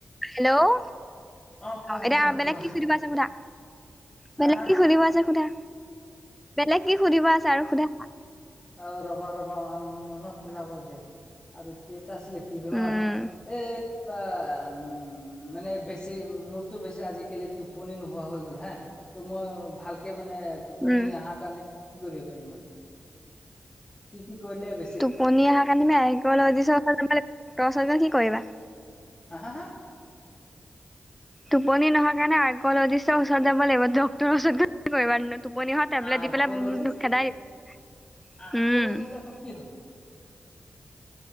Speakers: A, in the centre; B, on the left.
A: হেল্ল'
B: অ কোৱা
A: এতিয়া
B: কোৱা
A: বেলেগ
B: কোৱা
A: কি চু <unintelligible> আছা সোধা।
B: হা
A: বেলেগ
B: হা
A: কি
B: হা
A: সুধিব আছে সোধা, বেলেগ কি সুধিব আছে আৰু সুধা।
B: আৰু ৰবা ৰবা আম মনত পেলাব দিয়া। আৰু কি এটা আছিলে কি বেমাৰ,
A: উম
B: এই অ' উম মানে বেছি মোৰতো বেছি আজিকালি টোপনি নোহোৱা হৈ গ'ল হা। ত' মই ভালকে মানে টোপনি
A: উম
B: অহাৰ কাৰণে কৰিব পাৰিম মই, কি কি কৰিলে বেছি
A: টোপনি অহাৰ কাৰণে আৰ্কলজিষ্টৰ ওচৰত, ডৰ ওচৰত কি কৰিবা।
B: হা হা হা?
A: টোপনি নহয় কাৰণে আৰ্কলজিষ্টৰ ওচৰত যাব লাগিব, ডক্তটৰ ওচৰত কি কৰিবা? টোপনি অহা টেবলেট
B: আৰ্কলজিষ্ট
A: দি পেলাই ধ তোক, খেদাই দ
B: আৰ্কলজিষ্ট
A: উম, তোক
B: আকৌ কি হয়?